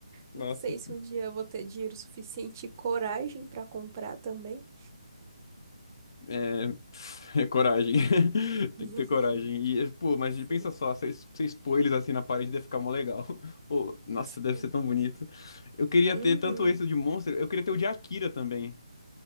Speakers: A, on the left (about 45°); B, on the right (about 30°).
A: Nossa.
B: Não sei se um dia eu vou ter dinheiro suficiente e coragem pra comprar também.
A: É, <laughs> é coragem. <laughs> Tem
B: <laughs>
A: que ter coragem. E, é, pô, mas
B: Sim.
A: pensa só, você es- você expor eles assim na parede deve ficar mó legal. <laughs> Pô, nossa,
B: Sim.
A: deve ser tão bonito. Eu queria
B: Uhum.
A: ter tanto esse de Monster, eu queria ter o de Akira também.